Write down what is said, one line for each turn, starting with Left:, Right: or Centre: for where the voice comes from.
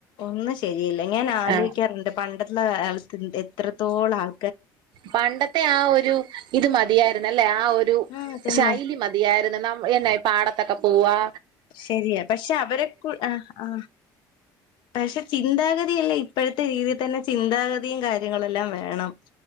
Left: ഒന്ന് ശരി അല്ല ഞാൻ ആലോചിക്കാറുണ്ട്
Right: ആഹ്
Left: പണ്ട എ എ എത്രത്തോളം ആൾ
Right: പണ്ടത്തെ ആ ഒരു ഇത് മതിയായിരുന്നു അല്ലെ ആ ഒരു
Left: ആ അതന്നെ
Right: ശൈലി മതിയായിരുന്നു എന്നെ പാടത്തൊക്കെ പോകുവാ
Left: ശരിയ പക്ഷെ അവരെ ആ ആ പക്ഷെ ചിന്താഗതിയല്ല ഇപ്പോഴത്തെ രീതിൽ തന്നെ ചിന്താഗതിയും കാര്യങ്ങളെല്ലാം വേണം